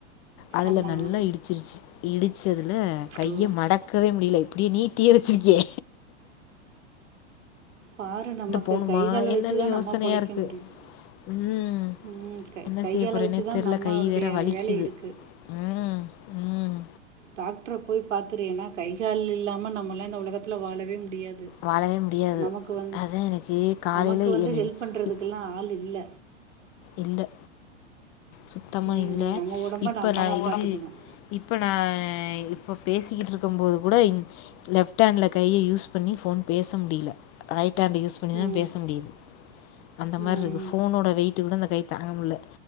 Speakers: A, on the left; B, on the right.
A: அதுல
B: ஆமாம்
A: நல்லா இ இடிச்சிருச்சு இடிச்சதுல
B: ஐயோ
A: கைய மடக்கவே முடியல இப்டியே நீட்டியே வச்சிருக்கே
B: பாரு நமக்கு
A: போணுமா
B: கைகால்
A: என்னன்னு
B: வச்சுதா
A: யோசனையா
B: நம்ம பொழைக்க
A: இருக்கு
B: முடியும்
A: ம்
B: உம்
A: என்ன
B: கை
A: செய்ய
B: கால
A: போறேனே
B: வச்சுதா
A: தெர்ல
B: நம்மலுடைய
A: கை வேற வலிக்குது
B: வேல இருக்கு
A: ம் ம்
B: டாக்ட்ர போய் பாத்துரு ஏன்னா கை கால் இல்லாம நம்மளா இந்த உலக ட்ல வாழவே முடியாது
A: வாழவே முடியாது
B: நமக்கு வந்து
A: அதா எனக்கு காலையில
B: நமக்கு வந்து
A: எனக்கு
B: ஹெல்ப் பண்றது
A: இப்-
B: ல் லா ஆள் இல்ல
A: இல்ல சுத்தமா
B: ம்
A: இல்ல
B: நம்ம உடம்ப
A: இப்ப
B: நம்ம
A: நா
B: தான்
A: இது
B: பார்த்துக்கணும்
A: இப்ப நா இப்ப பேசிக்கிட்ருக்கும் போது கூட இந் லெப்ட்ஹேண்ட்ல கைய யூஸ் பண்ணி ஃபோன் பேச முடில ரைட் ஹேண்ட் யூஸ் பன்னிதா
B: ம்
A: பேச முடியுது அந்த மார்ருக்கு
B: ம்
A: ஃபோனோட வெயிட்டு் கூட அந்த கை தாங்க முட்ல